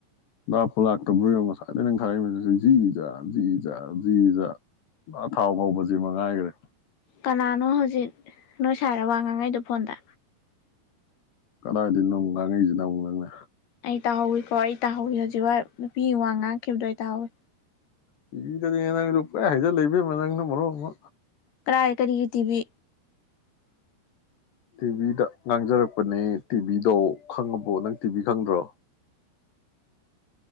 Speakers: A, on the left; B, on the left.
A: ꯂꯥꯞꯄꯨ ꯂꯥꯛꯇꯕ꯭ꯔꯣ ꯉꯁꯥꯏꯗ ꯅꯪ ꯔꯥꯔꯛꯢ ꯖꯤꯖꯥ ꯖꯤ ꯖꯤꯖꯥ ꯄꯨꯔꯥ ꯊꯥꯎ ꯐꯥꯎꯕꯁꯤ ꯃꯉꯥꯏꯈꯔꯦ
B: ꯀꯅꯥꯅꯣ ꯍꯧꯖꯤꯛ ꯅꯣꯏ ꯁꯥꯢꯔꯦ ꯋꯥ ꯉꯥꯡꯉꯥꯛꯢꯗꯣ ꯐꯣꯟꯗ
A: ꯀꯗꯥꯏꯗꯒꯤꯅꯣ ꯉꯥꯡꯉꯛꯁꯤꯅ ꯑꯃꯨꯛ ꯅꯪꯅ
B: ꯑꯩ ꯇꯥꯍꯧꯋꯤꯀꯣ ꯑꯩ ꯇꯥꯍꯧꯋꯤ ꯍꯧꯖꯤꯛꯋꯥꯢ ꯅꯨꯄꯤꯒꯤ ꯋꯥ ꯉꯥꯡꯈꯤꯕꯗꯣ ꯑꯩ ꯇꯥꯍꯧꯋꯤ
A: ꯊꯤꯕꯤꯗ꯭ꯔꯦꯅ ꯅꯪꯁꯨ ꯄꯨꯡꯍꯥꯢ ꯍꯥꯏꯖꯤꯜꯂꯦ ꯢꯕꯦꯝꯃꯥ ꯅꯪꯅ ꯃꯔꯣꯟ ꯑꯃ
B: ꯀ꯭ꯔꯥꯏ ꯀꯔꯤꯒꯤ ꯇꯤꯕꯤ
A: ꯇꯤꯚꯤꯗ ꯉꯥꯡꯖꯔꯛꯄꯅꯦ ꯇꯤꯚꯤꯗꯣ ꯈꯪꯉꯕꯣ ꯅꯪ ꯇꯤꯚꯤ ꯈꯪꯗ꯭ꯔꯣ